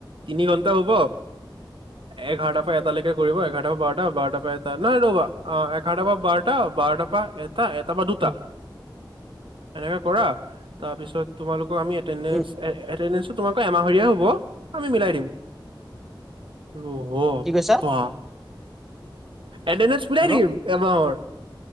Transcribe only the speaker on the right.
তিনি ঘণ্টা হ'ব, এঘাৰটা পৰা এটা কৰিব এঘাৰটা বা বাৰটা বাৰটা পৰা এটা, নাই ৰ'বা অ' এঘাৰটা বা বাৰটা বাৰটা এ এটা বা দুটা
এনেকাে কৰা, তাৰপিছত তোমালোক অ আমি এটেন্ডেন্ট
তোমালাক এমাহৰীয়া হব? আমি মিলাই দিম ৰহ।
তোৱা। এটেন্ডেন্ট
দিম এবাৰৰ।